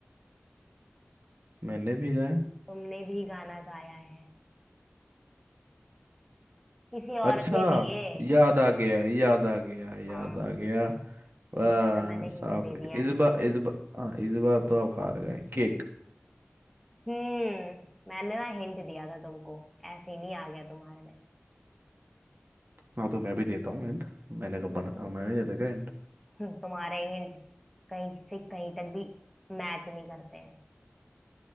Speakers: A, on the right; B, in the centre.
A: मैंने भी गाया
B: तुमने भी गाना गाया है किसी और
A: अच्छा
B: के लिए
A: याद आ गया याद आ गया याद
B: हाँ
A: आ गया वाह
B: कुछ ज्यादा मैंने हिंट
A: साहब
B: दे दिया
A: इस बार इस बार हाँ इस बार तो आप हार गए केक
B: हम्म मैंने ना हिंट दिया था तुमको ऐसे ही नहीं आ गया तुम्हारे में
A: हाँ तो मैं भी देता हूँ हिंट मैंने कब बना हाँ, मैं भी देता क्या हिंट
B: हम्म, तुम्हारे हिंट कहीं से कहीं तक भी मैच नहीं करते हैं